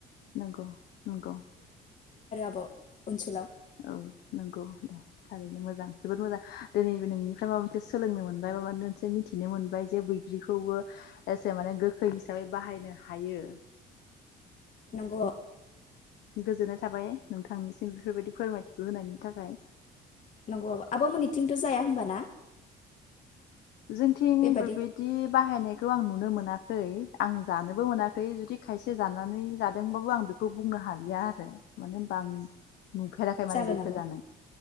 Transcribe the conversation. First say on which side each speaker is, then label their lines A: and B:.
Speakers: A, on the left; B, on the left.
A: नोंगौ नोंगौ।
B: ब'। ओनसोलाव
A: औ नंगौ दे थारैनो मोजां जोबोद मोजां। दोनैबो नोंनिफ्राय माबा मोनसे सोलोंनो मोनबाय माबा मोनसे मिथिनो मोनबाय जे बैग्रिखौबो एसे माने गोखै हिसाबै बाहायनो हायो।
B: नंगौ
A: गोजोननाय थाबाय नोंथांनिसिम बेफोरबायदि फोरमायथिखौ होनायनि थाखाय।
B: नंगौ आब'। आब' मोननिथिंथ' जाया होमबा ना?
A: जोंथिं
B: बेबादि
A: बेबायदि बाहायनाय खौ आं नुनो मोनाखै आं जानोबो मोनाखै जुदि खायसे जानानै जादोंबाबो आं बेखौ बुंनो हालिया आरो माने होनबा आं नुफेराखै माने
B: जागोन
A: बेखो
B: आब'
A: जानाय।